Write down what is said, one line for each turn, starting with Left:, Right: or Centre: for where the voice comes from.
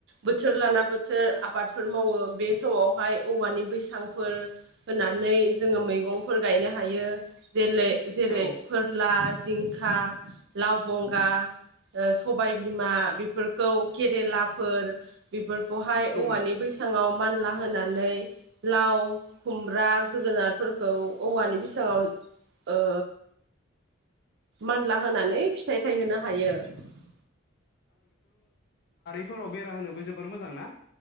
Right: बोथोर लाना बोथोर आबादफोर मावो बे समावहाय औवानि बैसांफोर होनानै जोङो मैगंफोर गायनो हायो । जेले जेरै
Left: औ
Right: गिला जिंखा लाव बंगा ओ स हबाय बिमा बेफोर खौ केरेलाफोर बेफोर औहाय
Left: उम
Right: औवानि बैसाङाव मानला होनानै लाव खुमब्रा जोगोनारफोरखौ औवानि बैसाङाव ओ मानला होनानै फिथाइ थायहोनो हायो ।
Left: फोराव बेरा होनोबो जोबोर मोजांना